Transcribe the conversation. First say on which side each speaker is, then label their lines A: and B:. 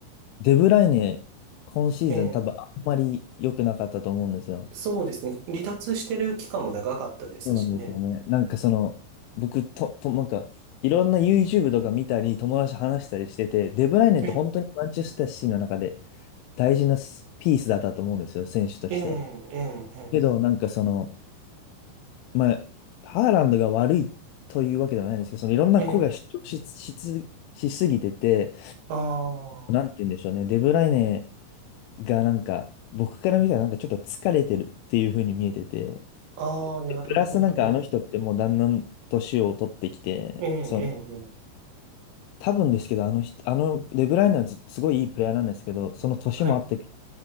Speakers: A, on the left; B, on the right.
A: デブライネ、今シーズン多分あんまり良くなかったと思うんですよ。
B: ええ、そうですね。離脱してる期間も長かったですしね。
A: そうなんですよね。なんかその、僕と、と、なんか、いろんな YouTube とか見たり、友達と話したりしてて、デブライネって本当にマンチェスターシティの中で
B: ええ、
A: 大事なスピースだったと思うんですよ、選手として。
B: ええ、ええ、え
A: けど、なんかその、まあ、ハーランドが悪いというわけではないんですけど、そのいろんな子が主張し、
B: え、ええ
A: しつしすぎてて、
B: あ
A: なんて言うんでしょうね。デブライネがなんか、僕から見たらなんかちょっと疲れてるっていう風に見えてて、
B: あ、ああ、なるほど。
A: プラスなんかあの人ってもうだんだん年を取ってきて、
B: ええ、
A: その、
B: ええ、ええ
A: 多分ですけど、あの人、あの、デブライネはずすごいいいプレイヤーなんですけど、その年もあって、
B: はい。